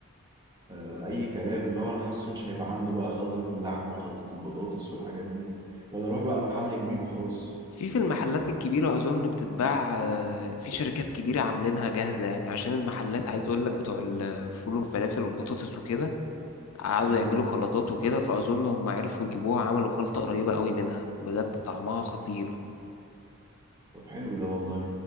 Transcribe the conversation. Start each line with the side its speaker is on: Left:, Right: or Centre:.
Right: آه، اي كلام اللي هو انا حاسه مش هيبقى عنده بقى خلطه اللحمه وخلطه البطاطس والحاجات دي ولا اروح بقى محل كبير وخلاص
Left: في في المحلات الكبيرة أظن بتتباع آه، في شركات كبيرة عاملينها جاهزة يعني عشان المحلات عايز أقول لك بتوع الفول والفلافل والبطاطس وكده قعدوا
Right: مم.
Left: يعملوا خلطات وكده فأظن هم عرفوا يجيبوها عملوا خلطة قريبة قوي منها بجد طعمها خطير
Right: طب حلو ده والله